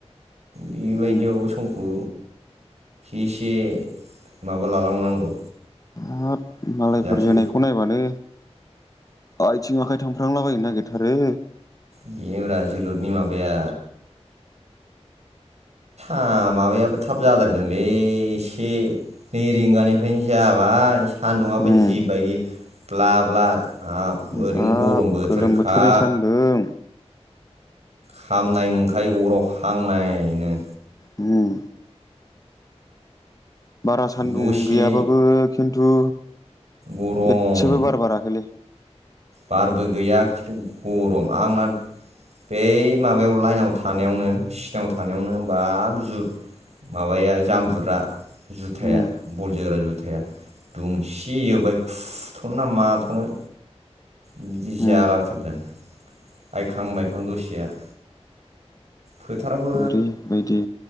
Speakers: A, on the right; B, on the left.
A: बेबायदियाव
B: उम
A: समखौ एसे एसे माबा लालांनांगौ
B: हाब मालायफोर
A: जाहाथे
B: जोनायखौ नायबानो आइथिं आखाय थांफ्रांलाबायनो नागिरथारो।
A: <inaudible> जोलुरनि माबाया आ माबायाबो थाब जाद्रायदोंलै एसे नै रिंगानिफ्रायनो जाबाय सान्दुंआबो
B: उम
A: जिबायदि ब्ला ब्ला हाब
B: <unintelligible>
A: ओरैनो
B: आब
A: गरम बोथोरखा
B: गोलोम बोथोरनि सान्दों
A: खामनाय मोनखायो अराव हांनायनो
B: उम बारा सान्दुं
A: दसे
B: गैयाबाबो खिन्थु
A: गरम
B: एदसेबो बार बाराखैलै।
A: बारबो गैया खिन्थु गरम आंना बे माबायाव लाइनाव थानायावनो सिनाव थानायावनो बाब जु माबाया जाम्बुरा जुथाया
B: उम
A: बल जोग्रा जुथाया दुंसि जोब्बाय खुथनोना माथनो बिदि जालाबायथारदों
B: उम
A: आइखां मायखां दसेया। फोथाराबो
B: ओरैबायदि